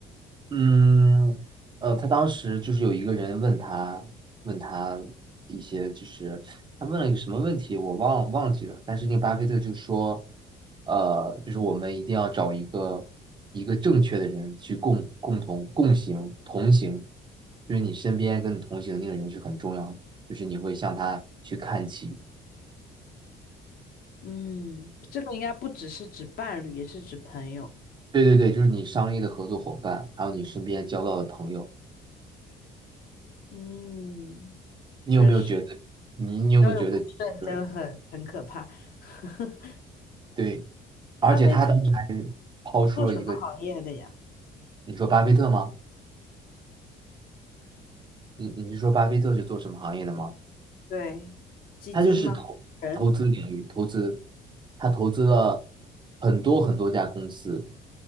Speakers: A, on the right; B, on the left.
A: 嗯，呃，他当时就是有一个人问他，问他一些，就是他问了一个什么问题，我忘了忘记了。但是那个巴菲特就说，呃，就是我们一定要找一个一个正确的人去共共同共行同行，就是你身边跟你同行的那个人是很重要的，就是你会向他去看齐。
B: 嗯，这个应该不只是指伴侣，也是指朋友。
A: 对对对对，就是你商业的合作伙伴，还有你身边交到的朋友。
B: 嗯，
A: 你有没有觉得，
B: 确实，
A: 你你有没有觉得，
B: 交友不慎真的很很可怕。
A: 就是
B: <laughs>
A: 对？而且他当时还
B: 巴菲特
A: 抛出了一个，
B: 做什么行业的呀？
A: 你说巴菲特吗？你你是说巴菲特是做什么行业的吗？
B: 对，基金吗？
A: 他就是投投资领域，
B: 人？
A: 投资，他投资了很多很多家公司，